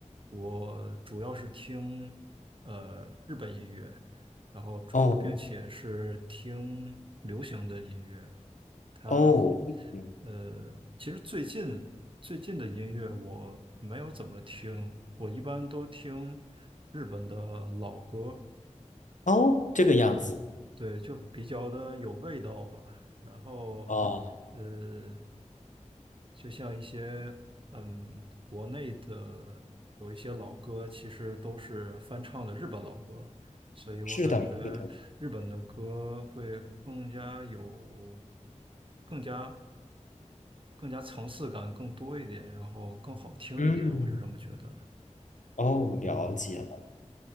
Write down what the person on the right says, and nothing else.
我主要是听呃日本音乐，然后主并且是听流行的音乐。
它
呃，其实最近最近的音乐我没有怎么听，我一般都听日本的老歌。
对，就比较的有味道吧。然后，
呃，就像一些嗯，国内的有一些老歌，其实都是翻唱的日本老歌，所以我感觉日本的歌会更加有、
更加更加层次感更多一点，然后更好听一点，
我是这么觉得的。
嗯，